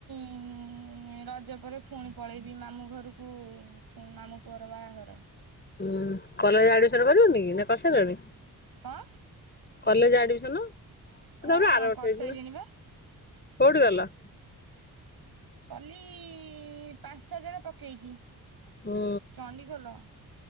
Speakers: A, on the right (about 70°); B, on the left (about 25°).
A: ହୁଁ ରଜ ପରେ ପୁଣି ପଳେଇବି ମାମୁଁ ଘରକୁୁ ମାମୁଁ ପୁଅର ବାହାଘର
B: ହୁଁ କଲେଜ ଆଡମିସନ କରିବନି କି ନା କରି ସାରିଲଣି।
A: କଣ?
B: College admission. ସେ
A: ହଁ
B: ଆର ବର୍ଷ
A: କରିସାରିଲିଣି
B: ହେଇଛି ନା
A: ବା
B: କଉଠି କଲ
A: କଲି ପାଞ୍ଚଟା ଜାଗା ପକେଇଛି
B: ହୁଁ
A: ଚଣ୍ଡିଖୋଲ